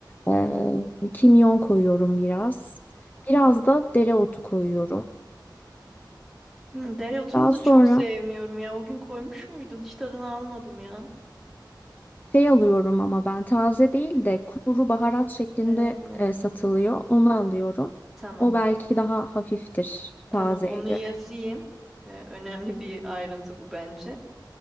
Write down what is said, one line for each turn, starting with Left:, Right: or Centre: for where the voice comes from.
Left: Ee, kimyon koyuyorum biraz. Biraz da dereotu koyuyorum.
Centre: Hmm, dereotunu
Left: Daha
Centre: da
Left: sonra
Centre: çok sevmiyorum ya. O gün koymuş muydun? Hiç tadını almadım ya.
Left: şey alıyorum ama ben taze değil de kuru baharat şeklinde
Centre: He,
Left: e, satılıyor. Onu alıyorum.
Centre: tamam.
Left: O belki daha hafiftir
Centre: Tamam,
Left: tazeye
Centre: onu
Left: göre.
Centre: yazayım. Ee, önemli bir ayrıntı bu bence.